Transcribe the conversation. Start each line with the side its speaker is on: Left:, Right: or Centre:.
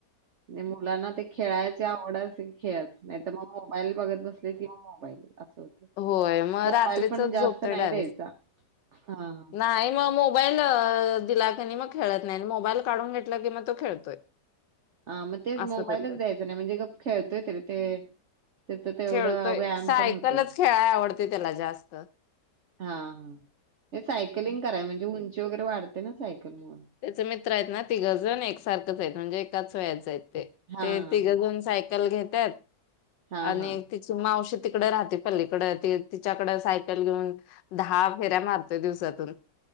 Right: नाय मुलांना ते खेळायची आवड असली की खेळत नाय त म मोबाईल बघत बसले की म मोबाईल अस
Left: होय मग
Right: मोबाईल
Left: रात्रीचच
Right: पण जास्त
Left: झोपतोय
Right: नाय
Left: डायरेक्ट.
Right: द्यायचा. हां, हां.
Left: नाही म मोबाईल अ दिला की नाय म खेळत नाय मोबाईल काढून घेतला की म तो खेळतोय.
Right: हा म तेच
Left: असं
Right: मोबाईलच
Left: करतोय
Right: द्यायचं नाय म्हणजे गप खेळतोय तरी ते त्याचा तेवढं
Left: खेळतोय
Right: व्यायाम
Left: सायकलच
Right: पण होतोय.
Left: खेळाय आवडते त्याला जास्त
Right: हा हा हे सायकलिंग कराय म्हणजे उंची वगैरे वाढते ना सायकल मुळ
Left: त्याच मित्र आहेत ना तिघंजण एकसारखंच आहेत म्हणजे एकाच वयाच आहेत ते
Right: हां,
Left: ते तिघंजण
Right: हां.
Left: साय कल घेत्यात
Right: हां,
Left: आणि
Right: हां.
Left: तीत तु मावशी तिकड राहते पलीकड ते तिच्याकड सायकल घेऊन दहा फेऱ्या मारतोय दिवसातून